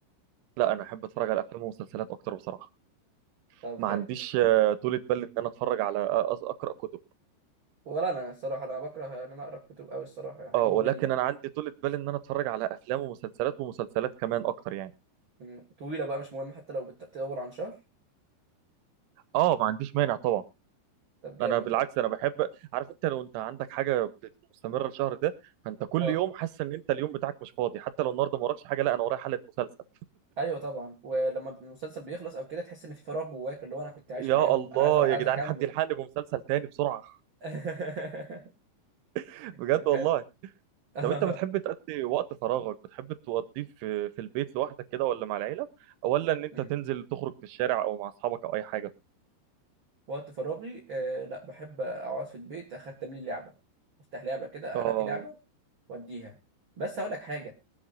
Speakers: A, on the right; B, on the right.
A: لا انا احب اتفرج على افلام ومسلسلات اكتر بصراحه
B: طب
A: ما
B: حلو
A: عنديش آه، طولة بال ان انا اتفرج على آه، أز- اقرا كتب
B: ولا انا الصراحه انا بكره ان انا اقرا كتب قوي الصراحه يعني حاجه
A: اه
B: ممله
A: ولكن انا عندي طولة بال ان انا اتفرج على افلام ومسلسلات ومسلسلات كمان اكتر يعني
B: مم. طويلة بقى مش مهم حتى لو بتطول عن شهر
A: اه ما عنديش مانع طبعا
B: طب جامد
A: انا بالعكس
B: ده
A: انا بحب عارف انت لو انت عندك حاجه بت- مستمره الشهر ده فانت كل
B: اه
A: يوم حاسس ان انت اليوم بتاعك مش فاضي حتى لو النهارده ما وراكش حاجه لا انا ورايا حلقه مسلسل
B: ايوه طبعا ولما المسلسل بيخلص او كده تحس ان في فراغ جواك اللي هو انا كنت عايش
A: يا
B: معاهم
A: الله
B: انا عايز أر- عايز
A: يا جدعان
B: اكمل
A: حد يلحقني بمسلسل تاني بسرعة
B: <laughs>
A: <laughs> بجد
B: طب
A: والله
B: حلو <laughs>
A: طب انت بتحب تقضي وقت فراغك بتحب تقضيه في في البيت لوحدك كده ولا مع العيلة ولا ان انت
B: مم.
A: تنزل تخرج في الشارع او مع اصحابك او اي حاجة
B: وقت فراغي آه لا بحب اقعد في البيت اختم لي لعبة افتح لعبة كده
A: اه
B: انقي لعبة واديها بس هقول لك حاجة